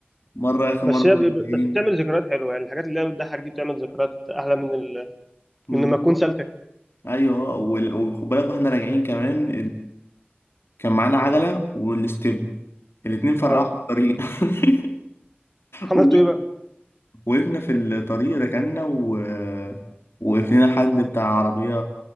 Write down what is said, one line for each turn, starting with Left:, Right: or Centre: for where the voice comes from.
Left: مرة اخر
Centre: بس
Left: مرة
Centre: هي ب- ب-
Left: راجعين
Centre: بس بتعمل ذكريات حلوة يعني الحاجات اللي هي بتضحك دي بتعمل ذكريات أحلى من ال...
Left: بالظبط
Centre: من لما تكون سالكة
Left: ايوه وال- وخد بالك واحنا راجعين كمان كان معانا عجلة والاستب الاتنين فرقعوا
Centre: اه
Left: في الطريق <laughs>
Centre: عملتوا
Left: وقف-
Centre: ايه بقى؟
Left: وقفنا في الطريق ركنا و... وقف لنا حد بتاع عربية